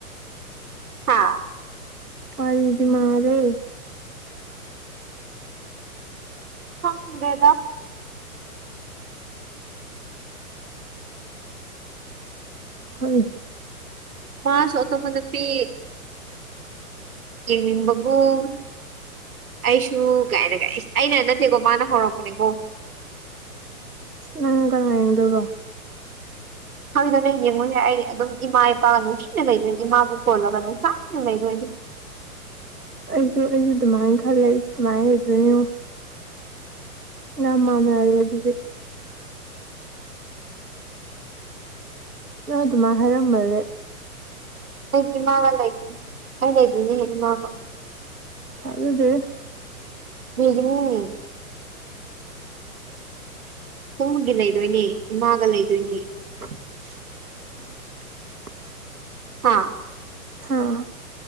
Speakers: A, on the right (about 70°); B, on the right (about 85°).
A: ꯍꯥꯥ
B: ꯐꯗꯤ ꯃꯥꯔꯦ
A: ꯐꯪꯒꯦꯗ
B: ꯍ
A: ꯃꯥ ꯁꯣꯇ ꯐꯗ ꯄꯤ ꯌꯦꯡꯅꯤꯡꯕꯒꯨꯝ ꯑꯩꯁꯨ ꯀꯥꯏꯅꯒꯥꯏꯁꯦ ꯑꯩꯅ ꯅꯠꯇꯦꯀꯣ ꯃꯥꯅ ꯍꯧꯔꯛꯄꯅꯦꯀꯣ
B: ꯅꯪꯒ ꯌꯦꯗꯒꯣ
A: ꯍꯥꯏꯗꯣ ꯅꯪ ꯌꯦꯡꯉꯨꯁꯦ ꯑꯩ ꯑꯗꯨꯝ ꯏꯃꯥ ꯏꯄꯥꯒ ꯅꯨꯡꯁꯤꯅ ꯂꯩꯗꯣꯏꯅꯤ ꯏꯃꯥꯕꯨ ꯀꯣꯜꯂꯒ ꯅꯨꯡꯁꯥꯏꯅ ꯂꯩꯗꯣꯏꯅꯤ
B: ꯑꯩꯁꯨ ꯑꯩꯁꯨ ꯑꯗꯨꯃꯥꯏꯅ ꯈꯔ ꯂꯩ ꯑꯩꯁꯨ ꯑꯗꯨꯃꯥꯏꯅ ꯂꯩꯗꯣꯏꯅꯤꯣ ꯌꯥꯝ ꯃꯥꯥꯟꯅꯔꯦ ꯑꯗꯨꯗꯤ ꯅ ꯑꯗꯨꯃꯥꯏꯅ ꯍꯥꯏꯔꯝꯃꯔꯦ
A: ꯑꯩꯗꯤ ꯏꯃꯥꯅ ꯂꯩ ꯑꯩ ꯂꯩꯗꯣꯏꯅꯦꯦ ꯏꯃꯥꯒ
B: ꯐ ꯑꯗꯨꯗ
A: ꯃꯤꯒꯤꯅꯤ ꯁꯣꯝꯒꯤ ꯂꯩꯗꯣꯏꯅꯦ ꯏꯃꯥꯒ ꯂꯩꯗꯣꯏꯅꯦ
B: <inaudible>
A: ꯍꯥꯥ
B: ꯍꯥꯥ